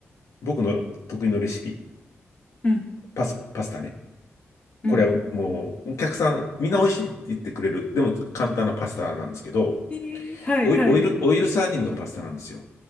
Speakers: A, on the left; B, on the left.
A: 僕の得意のレシピ、
B: うん、
A: パス、パスタね。
B: うん。
A: これはもうお客さんみんな美味しいって言ってくれる。でも簡単なパスタなんですけど、
B: えー、はい、
A: オイ、
B: はい。
A: オイル、オイルサーディンのパスタなんですよ。